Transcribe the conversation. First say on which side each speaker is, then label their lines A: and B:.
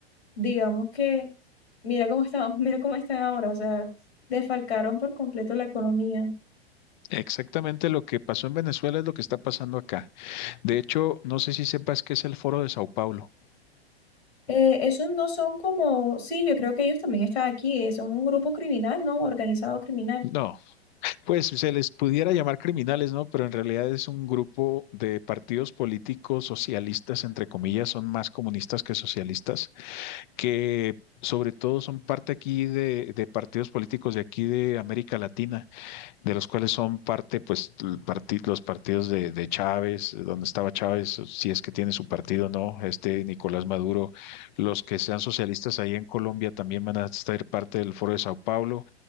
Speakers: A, on the left; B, on the left.
A: digamos que, mira cómo está, <laughs> mira cómo están ahora. O sea, desfalcaron por completo la economía.
B: Exactamente lo que pasó en Venezuela es lo que está pasando acá. De hecho, no sé si sepas qué es el Foro de Sao Paulo.
A: Eh, esos no son como, sí, yo creo que ellos también están aquí, eh, son un grupo criminal, ¿no? Organizado criminal.
B: No, pues se les pudiera llamar criminales, ¿no? Pero en realidad es un grupo de partidos políticos socialistas, entre comillas, son más comunistas que socialistas, que sobre todo son parte aquí de, de partidos políticos de aquí de América Latina. de los cuales son parte, pues, el parti- los partidos de, de Chávez, eh, donde estaba Chávez, eh, si es que tiene su partido o no, este Nicolás Maduro, los que sean socialistas ahí en Colombia también van a estar parte del Foro de Sao Paulo,